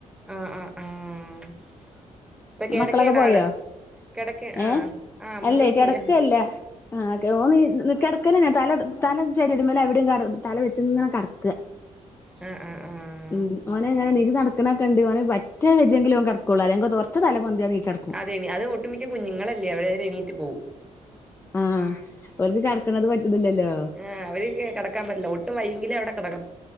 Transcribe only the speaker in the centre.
ആഹ് ആഹ് ആഹ ഇപ്പൊ കേടക്കാണ്
ആള് കിടക്ക ആഹ്
ആഹ്
മോള്
പോയി
ആഹ് ആഹ് ആഹ്
അതെണ അത് ഒട്ടുമിക്ക കുഞ്ഞുങ്ങളല്ലേ അവടെരെ എണീറ്റ് പോവും
ആഹ് അവര് കിടക്കാൻ പറ്റില്ല ഒട്ടും വൈകങ്കിലേ അവിടെ കിടക്ക